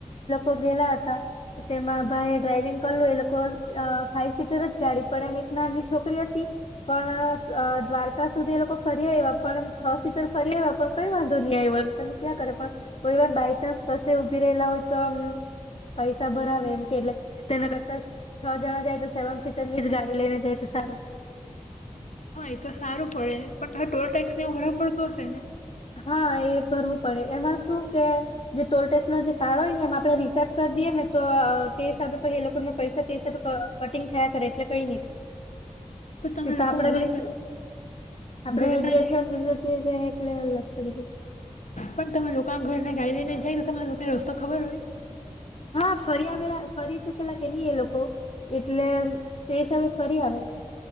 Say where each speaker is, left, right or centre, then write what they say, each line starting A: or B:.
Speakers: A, on the left (about 50°); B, on the left (about 75°).
A: ગયેલા હતા, તો તેમાં ભાઈ ડ્રાઈવિંગ કર લો એ લોકો સ અહ ફાઈવ સીટર જ ગાડી પણ એમ એક નાની છોકરી હતી, પણ અહ દ્વારકા સુધી એ લોકો ફરી આયવા પણ એમ છ સીટર ફરી આયવા પણ કઈ વાંધો નહીં આયો એમ, કને ક્યાં કરે પણ કોઈ વાર બાય ચાન્સ કશે ઉભી રહેલા હો તો આમ પૈસા ભરાવે એમ કે એટલે તેના કરતા છ જણા જાય તો સેવન સીટરની જ ગાડી લઈને જાય તો સારું.
B: હા એ તો સારું પડે. પણ તા ટોલ ટેક્સ ને એવું બધું વધારે પડતું હશ શેને?
A: હા એ ભરવું પડે. એમાં શું કે જે ટોલટેક્સ નો જે કાર્ડ હોય ને એમા આપણે રીચાર્જ કર દીએ ને તો તે હિસાબે પછી એ લોકો પૈસા તે હિસાબે કટિંગ થયા કરે એટલે કંઈ નહી થાય.
B: તમે
A: એ તો
B: લોકો
A: આપડા
B: ઘર
A: દેશ આપડા
B: ઘર ના
A: જગ્યા
B: જાય
A: એથી આમ બીજી જગ્યાએ જાય એટલે અલગ <unintelligible>
B: પણ તમે લોકા ઘરના ગાડી લઈને જાય તો તમાર લોકોને રસ્તો ખબર હોય?
A: હા. ફરી આવેલા, ફરી ચૂકેલા કે ની એ લોકો એટલે તે સામે ફરી આવે,